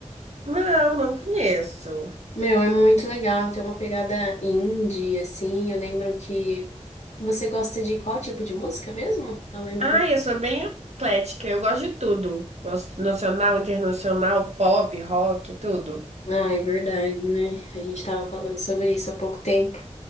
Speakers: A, on the right (about 65°); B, on the left (about 70°).
A: Não, não conheço.
B: Meu, é muito legal, tem uma pegada indie, assim. Eu lembro que. Você gosta de qual tipo de música mesmo? Eu lembro
A: Ai,
B: que eu.
A: eu sou bem eclética, eu gosto de tudo. Gosto nacional, internacional, pop, rock, tudo.
B: Ah, é verdade, né? A gente tava falando sobre isso há pouco tempo.